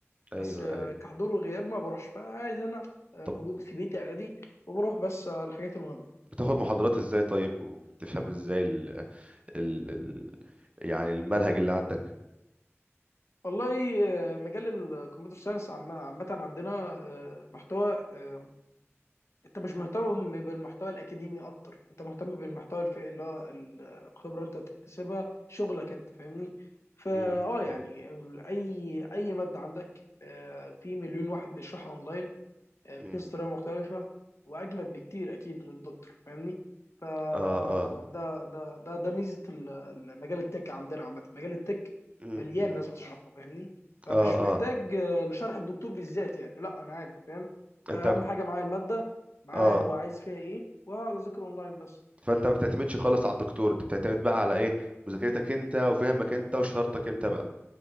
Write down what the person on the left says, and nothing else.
بس آه،
كحضور وغياب ما بروحش فعايز انا آه،
موجود في بيتي عادي وبروح بس على الحاجات المهمه
والله آه، مجال الكمبيوتر ساينس عم- عامة عندنا آه، محتوى آه، انت مش مهتم بالمحتوى الاكاديمي اكتر انت مهتم بالمحتوى الف- اللي هو الخبرة انت بتكتسبها شغلك انت فاهمني فا
اه يعني
اي اي مادة عندك آه، في مليون واحد بيشرحها اونلاين آه، بتنسى
طريقه مختلفه واجمد بكتير اكيد من الدكتور فاهمني فده
ده ده ده ميزه ال- ال- مجال التك عندنا عامه مجال التك
مليان
ناس بتشرحه فاهمني فمش
محتاج
آه، لشرح الدكتور بالذات يعني لا انا عادي فاهم
اهم
حاجه معايا الماده معاها
هو عايز فيها ايه وهقعد اذاكر اونلاين بس